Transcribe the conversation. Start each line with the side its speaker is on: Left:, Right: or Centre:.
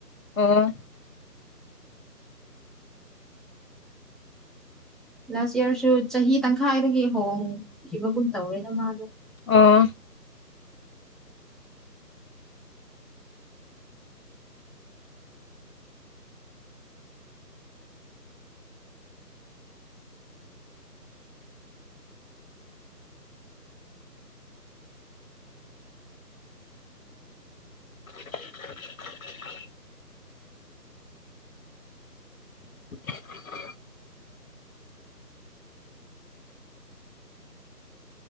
Left: ꯑꯣ
Centre: ꯂꯥꯁ ꯌꯌꯥꯔꯁꯨ ꯆꯍꯤ ꯇꯪꯈꯥꯏꯗꯒꯤ ꯍꯣꯡꯈꯤꯕꯒꯨꯝ ꯇꯧꯔꯦꯅ ꯃꯥꯗꯣ
Left: ꯑꯣ <inaudible> <inaudible>